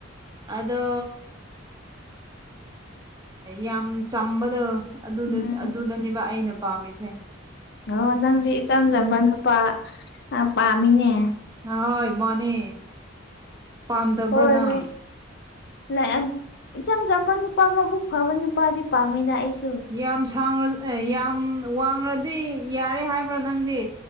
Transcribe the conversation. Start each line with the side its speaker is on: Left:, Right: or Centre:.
Right: ꯑꯗꯣ ꯑꯌꯥꯝ ꯆꯝꯕꯗꯣ ꯑꯗꯨꯗ
Left: ꯎꯝ
Right: ꯑꯗꯨꯗꯅꯦꯕ ꯑꯩꯅ ꯄꯥꯝꯔꯤꯁꯦ
Left: ꯑꯣ ꯅꯪꯁꯦ ꯏꯆꯝ ꯆꯝꯕ ꯅꯨꯄꯥ ꯑꯥ ꯄꯥꯝꯃꯤꯅꯦ
Right: ꯑꯍꯣꯏ ꯃꯥꯅꯦ ꯄꯥꯝꯗꯕ꯭ꯔꯣ
Left: ꯍꯣꯏꯃꯤ
Right: ꯅꯪ
Left: ꯂꯦꯑꯝ ꯏꯆꯝ ꯆꯝꯕ ꯅꯨꯄꯥ ꯃꯕꯨꯛ ꯐꯕ ꯅꯨꯄꯥꯗꯤ ꯄꯥꯝꯃꯤꯗ ꯑꯩꯁꯨ
Right: ꯌꯥꯝ ꯁꯥꯡꯔ ꯑꯦ ꯌꯥꯝ ꯋꯥꯡꯂꯗꯤ ꯌꯥꯔꯦ ꯍꯥꯏꯕ꯭ꯔꯥ ꯅꯪꯗꯤ